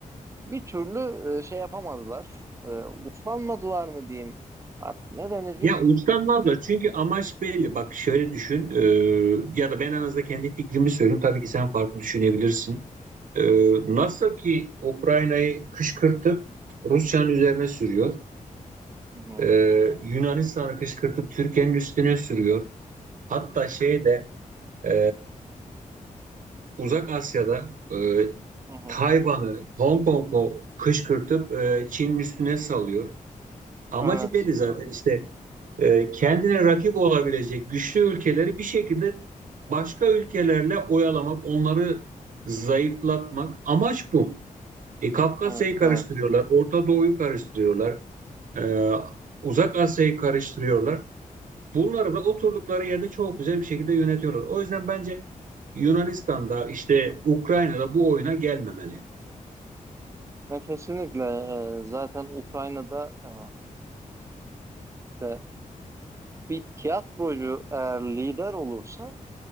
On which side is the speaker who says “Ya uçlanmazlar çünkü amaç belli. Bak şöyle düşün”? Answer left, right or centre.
Right